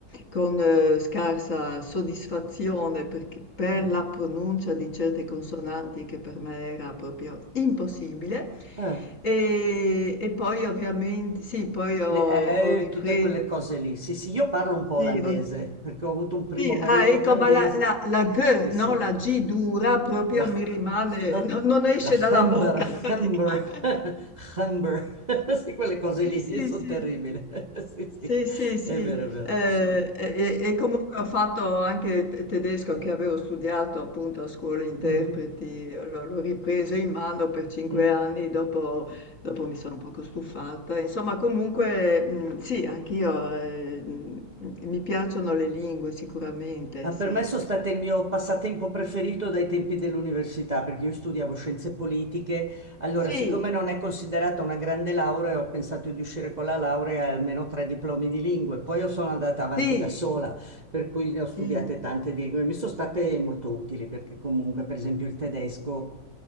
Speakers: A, on the left; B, on the right.
A: con eh, scarsa soddisfazione perché per
B: Ah.
A: la pronuncia di certe consonanti che per me era proprio impossibile.
B: Eh.
A: E e poi ovviamente sì, poi ho
B: Le-
A: ho ripre
B: eh, tutte quelle cose lì. Sì, sì, io parlo un po'
A: sì,
B: olandese
A: ho
B: perché ho avuto un primo
A: sì,
B: marito
A: ah ecco,
B: olandese.
A: ma la la
B: quindi-
A: la g,
B: Sì, sì.
A: no, la g dura proprio
B: La,
A: mi
B: <laughs>
A: rimane no non esce
B: la
A: dalla
B: Humber,
A: bocca <laughs> praticamente.
B: Humber, Humber. <laughs> Sì, quelle cose
A: Sì,
B: lì
A: sì,
B: sono
A: sì.
B: terribili. <laughs> Sì,
A: Sì,
B: sì,
A: sì, sì,
B: è vero, è vero.
A: eh, e, e- e comunque ho fatto anche te- tedesco che avevo studiato appunto a scuola interpreti,
B: Mhm,
A: l'ho l'ho ripreso in mano per cinque
B: mm.
A: anni, dopo, dopo mi sono un poco stufata. Insomma, comunque mh, sì, anch'io eh, mh, mi piacciono le lingue sicuramente,
B: Ma
A: sì.
B: per me sono state il mio passatempo preferito dai tempi dell'università, perché io studiavo scienze politiche. Allora,
A: Sì,
B: siccome non è considerata una grande laurea, ho pensato di uscire con la laurea e almeno tre diplomi di lingue. Poi io sono andata avanti
A: sì,
B: da sola per cui ne ho studiate
A: sì,
B: tante lingue. Mi sono state molto utili perché comunque, per esempio, il tedesco